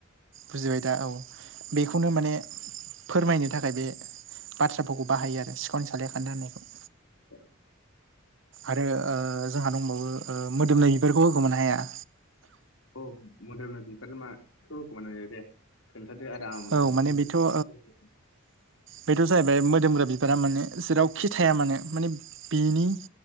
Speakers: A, on the right; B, on the left.
A: बुजिबाय दा औ बेखौनो माने फोरमायनो थाखाय बे बाथ्राफोरखौ बाहायो आरो सिखावनि सालाया खान्दा होननायखौ
B: औ
A: आरो ओ जोंहा दंबावो ओ मोदोमनाय बिबारखौ होखोमानो हाया
B: औ मोदोमनाय बिबारखौ मा <unintelligible> खोनथादो आरामनो
A: औ माने
B: <unintelligible>
A: बेथ' औ बेथ' जाहैबाय मोदोमग्रा बिबारा मानो जेरावखि थाया मानो माने बिनि